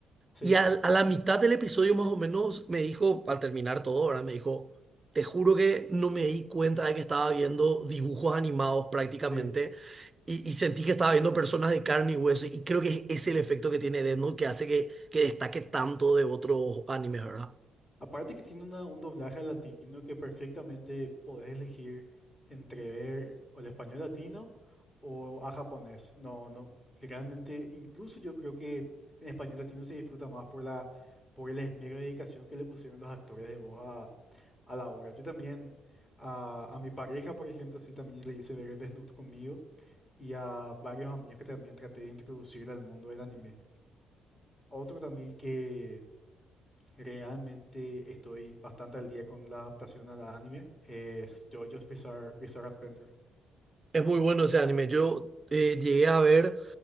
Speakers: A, on the left; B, on the right.
A: Sí,
B: Y al- a, la mitad del episodio más o menos me dijo, al terminar todo, ahora me dijo, te juro que no me di cuenta de que estaba viendo dibujos animados prácticamente
A: sí.
B: y, y sentí que estaba viendo personas de carne y hueso y creo que es el efecto que tiene Death Note que hace que, que destaque tanto de otros animes, ¿verdad?
A: Aparte que tiene una- un doblaje al latino que perfectamente podés elegir entre ver o el español latino o a japonés. No, no, realmente incluso yo creo que en español latino se disfruta más por la, por el esmero de dedicación que le pusieron los actores de voz a, a la obra. Yo también a, a mi pareja, por ejemplo, sí también le hice ver Death conmigo y a varios amigos que también traté de introducir al mundo del anime. Otro también que Realmente estoy bastante al día con la adaptación al anime. Es JoJo's Bizarre, Bizarre Adventure.
B: Es muy bueno ese anime. Yo eh, llegué a ver